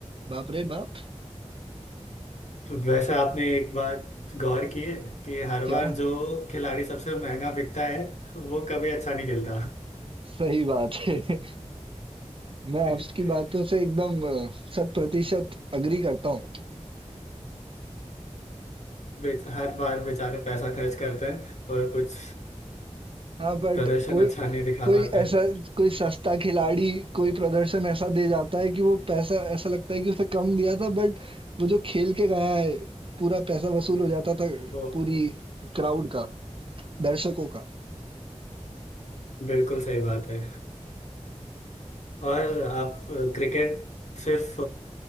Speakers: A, on the right; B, on the left.
A: बाप रे बाप!
B: वैसे आपने एक बात गौर की है कि हर
A: क्या
B: बार जो खिलाड़ी सबसे महंगा बिकता है वो कभी अच्छा नहीं खेलता
A: सही बात है। <laughs> मैं
B: <laughs>
A: आपकी बातों से एकदम अ, शत प्रतिशत एग्री करता हूँ।
B: बेच- हर बार बेचारे पैसा खर्च करते हैं और कुछ
A: हाँ बट
B: प्रदर्शन
A: कोई
B: अच्छा नहीं दिखा
A: कोई
B: पाते हैं
A: ऐसा कोई सस्ता खिलाड़ी कोई प्रदर्शन ऐसा दे जाता है कि वो पैसा ऐसा लगता है कि उसे कम दिया था बट वो जो खेल के गया है पूरा पैसा वसूल हो जाता था
B: वो
A: पूरी क्राउड का दर्शकों का
B: बिल्कुल सही बात है और आप अ, क्रिकेट सिर्फ